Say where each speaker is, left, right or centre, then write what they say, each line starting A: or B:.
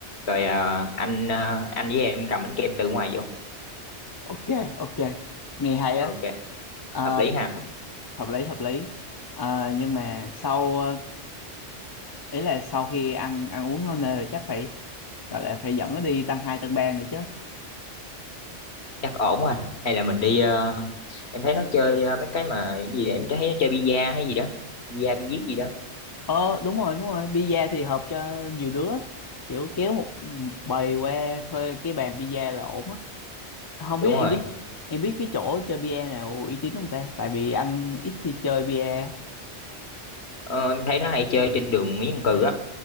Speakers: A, on the left; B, on the left.
A: rồi ờ, anh ờ, anh với em cầm bánh kem từ ngoài vô
B: ok ok nghe hay
A: ok
B: á Ờ,
A: hợp lý ha
B: hợp lý hợp lý Ờ, nhưng mà sau ờ, ý là sau khi ăn ăn uống no nê rồi chắc phải gọi là phải dẫn nó đi tăng hai tăng ba nữa chứ
A: chắc ổn anh hay là mình đi ờ, em thấy nó chơi ờ, mấy cái mà cái gì đó, em thấy nó chơi bida hay gì đó bida bi giết gì đó
B: ờ đúng rồi đúng rồi pizza thì hợp cho nhiều đứa kiểu kéo một bầy qua thuê cái bàn pizza là ổn á không
A: đúng
B: biết
A: rồi
B: em biết em biết cái chỗ chơi pizza nào uy tín không ta tại vì anh ít khi chơi pizza
A: ờ, em thấy nó hay chơi trên đường Nguyễn Văn Cừ á